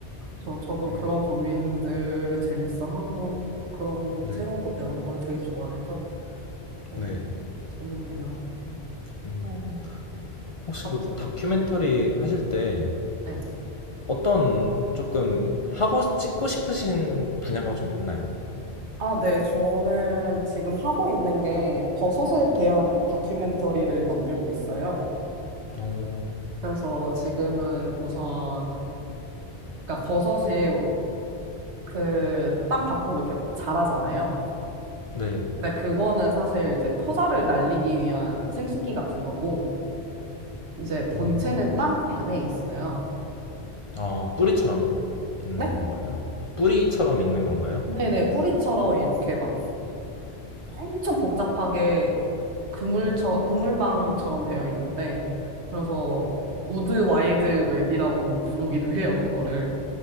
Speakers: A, on the right; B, on the left.
A: 저, 저도
B: 네.
A: 그런 고민들을 재밌어 하고, 그런
B: 네.
A: 새로운 거 배우는 걸 되게 좋아해서, 어,
B: 네.
A: 재밌네요.
B: 음.
A: 어,
B: 혹시
A: 갑자
B: 그 다큐멘터리
A: 네,
B: 하실 때
A: 네.
B: 어떤 조금 하고 찍고 싶으신 분야가 좀 있나요?
A: 아, 네. 저는 지금 하고 있는 게 버섯에 대한 다큐멘터리를 만들고 있어요.
B: 오,
A: 그래서 지금은 우선, 그러니까 버섯이 그 땅 밖으로 이렇게 자라잖아요.
B: 네.
A: 근데 그거는 사실 이제 포자를 날리기 위한 생식기 같은 거고, 이제 본체는
B: 음,
A: 땅 안에 있어요.
B: 아, 뿌리처럼 있는
A: 네?
B: 건가요? 뿌리처럼 있는 건가요?
A: 네네. 뿌리처럼 이렇게 막 엄청 복잡하게 그물처, 그물망처럼 되어 있는데, 그래서 우드 와이드 웹이라고 부르기도 해요, 그거를.